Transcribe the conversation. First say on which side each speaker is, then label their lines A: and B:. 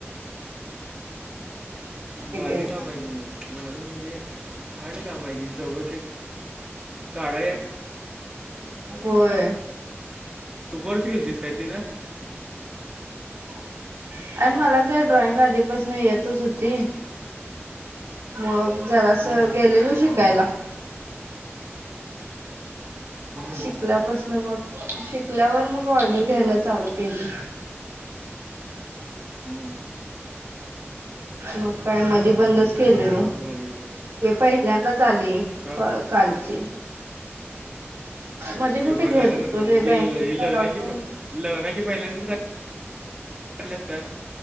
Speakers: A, on the right (about 20°); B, on the right (about 80°).
A: भारी
B: आहेत
A: काम आहे कि मग भारी म्हणजे हाड काम आहे कि <unintelligible> काढाया
B: होय.
A: तू कोर्स केलतीस काय तिथं
B: आणि मला काय ड्रॉइंग आधीपासन येतच होती मग जरास
A: हम्म,
B: गेलेलो शिकायला
A: हम्म,
B: शिकल्यापासन मग शिकल्यावर मग ऑर्डर घ्यायला चालू केली
A: हां
B: मग काय म ते बंदच
A: भारी
B: केलेलो
A: की बघ काम भारी आहे की मग
B: ते पहिल्यांदाच आली
A: का
B: कालची मध्येे
A: पेपर
B: कुठ घेत
A: झाल्यानंतर
B: होतो ते
A: म्हणजे
B: बँकिंग
A: ल- हे लग्नाची
B: करालतो
A: प- लग्नाची पहिल्यांदाच कराल्यास का